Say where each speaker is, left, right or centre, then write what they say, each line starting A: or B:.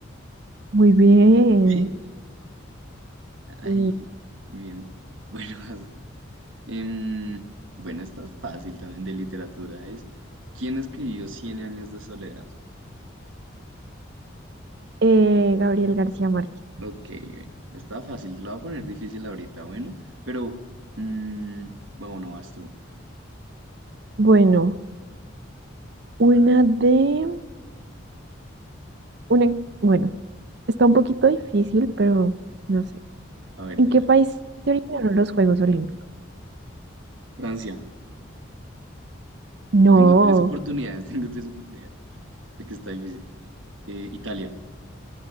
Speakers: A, on the right (about 55°); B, on the right (about 70°).
A: Muy bien.
B: ¿Sí?
A: Sí.
B: Ay, bien. Bueno, <laughs> haz- tú. em, bueno, esta es fácil también de literatura. Es ¿Quién escribió Cien años de soledad?
A: Eh, Gabriel García Márquez.
B: Ok, bueno, está fácil. Te la voy a poner difícil ahorita, bueno. Pero, mm, bueno, no vas tú.
A: Bueno, una de... Una, bueno, está un poquito difícil, pero no sé.
B: A ver,
A: ¿En
B: dime.
A: qué país se originaron los Juegos Olímpicos?
B: Francia.
A: No,
B: Tengo tres oportunidades, <laughs> tengo tres oportunidades. Porque está difícil. Eh, Italia.